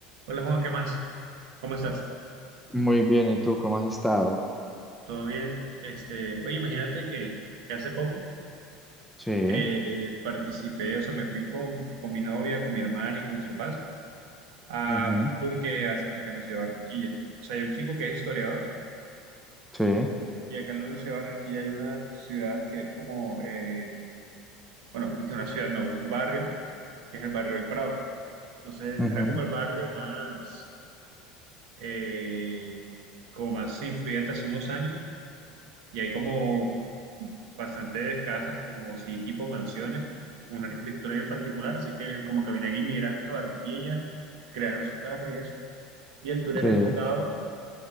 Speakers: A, on the right (about 70°); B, in the centre.
A: Hola Juan, ¿qué más? ¿Cómo estás?
B: Muy bien, ¿y tú cómo has estado?
A: ¿Todo bien? Este, oye, imagínate que, que hace poco
B: Sí,
A: eh, participé, o sea, me fui con, con mi novia, con mi hermana y con mis papás a
B: ujú,
A: un tour que hacen acá en la ciudad de Barranquilla. O sea, hay un chico que es historiador
B: sí,
A: y acá en la ciudad de Barranquilla hay una ciudad que es como, eh, bueno, <laughs> no es una ciudad, no, un barrio, que es el barrio del Prado. Entonces,
B: ujú,
A: era como el barrio más, eh, como más influyente hace unos años y hay como bastante escasas, como si tipo mansiones, con una arquitectura bien particular, así que como que venían inmigrantes a Barranquilla, crearon su casa y eso. Y el tour era
B: sí,
A: enfocado